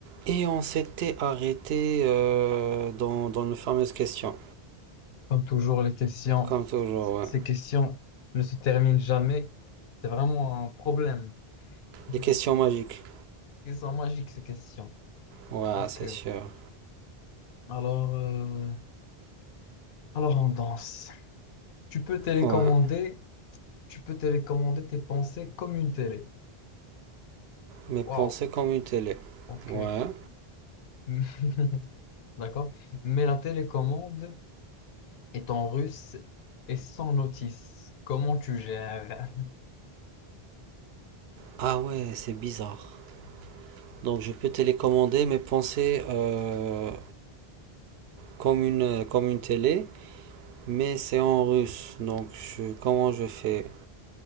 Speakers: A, on the right; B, on the left.
A: Et on s'était arrêté euh, dans, dans nos fameuses questions,
B: Comme toujours, les questions,
A: comme toujours,
B: ces
A: ouais.
B: questions ne se terminent jamais. C'est vraiment un problème. <laughs>
A: Les questions magiques.
B: Ils sont magiques, ces questions.
A: Ouais,
B: Ok.
A: c'est sûr.
B: Alors, euh, alors on danse. Tu peux télécommander,
A: Ouais.
B: tu peux télécommander tes pensées comme une télé.
A: Mais
B: Waouh.
A: penser comme une télé.
B: Ok.
A: Ouais.
B: <laughs> D'accord. Mais la télécommande est en russe et sans notice. Comment tu gères?
A: Ah ouais, c'est bizarre. Donc je peux télécommander mes pensées euh, comme une, comme une télé, mais c'est en russe. Donc je- comment je fais?